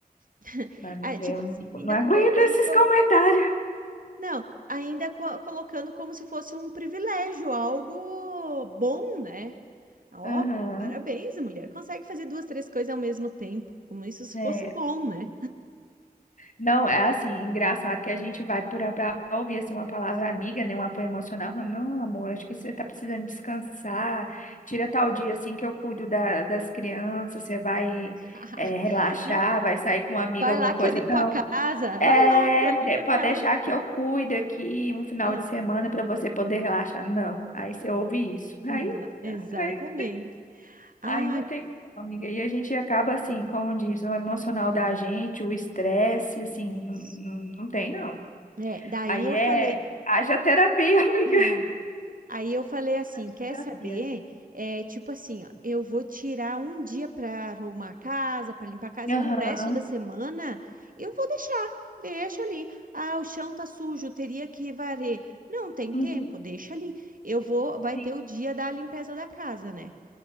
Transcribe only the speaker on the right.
<laughs>
Ah, tipo
assim,
ainda
colocando
como.
Não, ainda co- colocando como se fosse um privilégio, algo bom, né? Ó,
parabéns, a mulher. Consegue fazer duas, três coisas ao mesmo tempo. Como isso se
fosse bom, né?
<laughs>
Não,
Vai
lá que
eu limpo
a casa.
Vai lá que eu limpo
a
casa.
Ah,
não,
exatamente.
Ah,
isso.
É, daí
eu
falei.
é, Aí eu falei assim,
quer
saber? É, tipo assim, ó, eu vou tirar um dia para arrumar a casa, para limpar a casa,
e o resto da semana eu vou deixar, deixa ali. Ah, o chão tá sujo, teria que varrer. Não tem
tempo, deixa ali. Eu vou, vai
ter o dia da limpeza da casa, né?